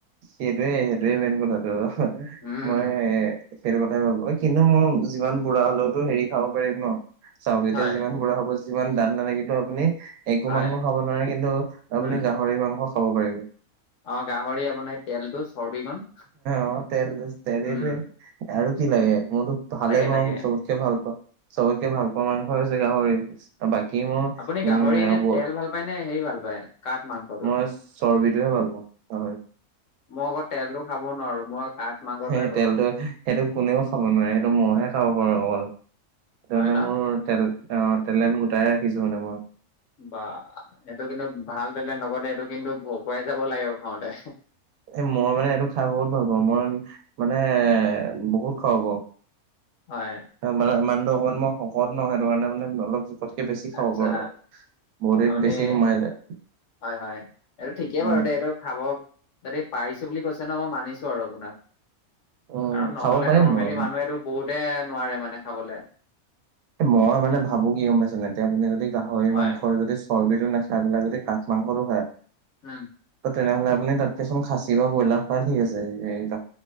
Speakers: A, on the right (about 80°); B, on the left (about 65°).
A: সেইটোৱে, সেইটোৱে মেইন কথাটো।
B: উম,
A: মই সেইটো কথাই ভাবোঁ। এ, কিন্তু মই যিমান বুঢ়া হ'লেওতো হেৰি খাব পাৰিম ন' চাওঁক এতিয়া
B: হয়
A: যিমান বুঢ়া হ'ব, যিমান দাত নালাগিলেও আপুনি একো
B: হয়
A: মাংস খাব নোৱাৰে কিন্তু আপুনি
B: উম,
A: গাহৰি মাংস খাব পাৰিব।
B: অ' গাহৰি আপোনাৰ তেলটো, চৰ্বিখন,
A: অ তেল তেল
B: উম।
A: এইটোৱে আৰু কি লাগে। মোৰতো ভালে
B: তাকে
A: মই
B: তাকে
A: চ কে ভাল পাওঁ। চবতকে ভাল পাৱা মাংস হৈছে গাহৰি। বাকী মই
B: আপুনি গাহৰি
A: <unintelligible>
B: এনে তেল ভাল পায় নে হেৰি ভাল পায় কাঠ মাংসটো?
A: চৰ্বিটোহে ভাল পাওঁ, হয়।
B: মই আকৌ তেলটো খাব নোৱাৰো, মই কাঠ মাংসটোৱে
A: সেই
B: বনাও
A: তেলটো, সেইটো কোনেও খাব নোৱাৰে, সেইটো মইহে খাব পাৰোঁ অকল। টেনে
B: হয় ন?
A: মোৰ তেল অ' টেলেণ্ট গোটাই ৰাখিছোঁ মানে মই।
B: বা এইটো কিন্তু ভাল টেলেণ্ট লগতে এইটো কিন্তু ভৰপুৱাই যাব লাগে খাওঁতে।
A: এ, মই মানে এইটো খাই বহুত ভাল পাওঁ। মই মানে বহুত খাব পাওঁ।
B: হয়।
A: মানে মানুহটো অকন মই শকত ন' সেইটো কাৰণে মানে অলপ ততকে বেছি খাব
B: আচ্ছা
A: পাৰোঁ আৰু ল। বডিত
B: আপুনি
A: বেছি সোমাই যায়।
B: হয় হয়। এইটো ঠিকেই
A: উম
B: বাৰু দেই, এইটো খাব যদি পাৰিছোঁ বুলি কৈছে ন' মই মানিছোঁ আৰু আপোনাক।
A: উম
B: কাৰণ নহ'লে
A: খাব পাৰিম
B: নৰ্মেলি
A: মই
B: মানুহেটো বহুতে নোৱাৰে মানে খাবলে।
A: মই মানে ভাবোঁ কি গম পাইছেনে এতিয়া আপুনি যদি গাহৰি
B: হয়
A: মাংসৰ যদি চৰ্বীটো নাখায় বেলেগ যদি কাঠ মাংসটো খায়
B: উম।
A: তেনেহ'লে আপুনি তাতকেচোন খাচী বা ব্ৰইলাৰ খোৱা ঠিক আছে <unintelligible>